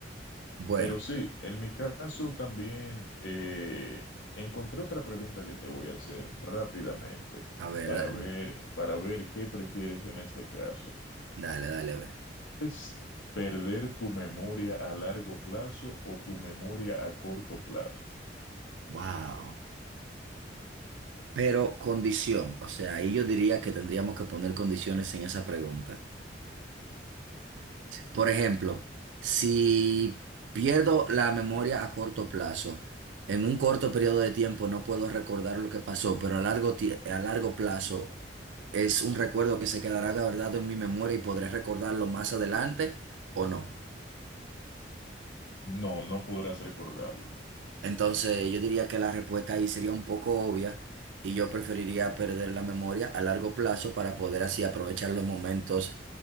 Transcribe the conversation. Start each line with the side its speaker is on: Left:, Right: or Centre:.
Right: Bueno,
Left: Pero sí, en mi caso también eh, encontré otra pregunta que te voy a hacer rápidamente
Right: a ver,
Left: para
Right: dale,
Left: ver, para ver qué prefieres en este caso.
Right: dale, dale, a ver.
Left: ¿Es perder tu memoria a largo plazo o tu memoria a corto plazo?
Right: Wow. Pero condición, o sea, ahí yo diría que tendríamos que poner condiciones en esa pregunta. Por ejemplo, si pierdo la memoria a corto plazo, en un corto periodo de tiempo no puedo recordar lo que pasó, pero a largo, tie- a largo plazo es un recuerdo que se quedará guardado en mi memoria y podré recordarlo más adelante o no.
Left: No, no podrás recordarlo.
Right: Entonces, yo diría que la respuesta ahí sería un poco obvia y yo preferiría perder la memoria a largo plazo para poder así aprovechar los momentos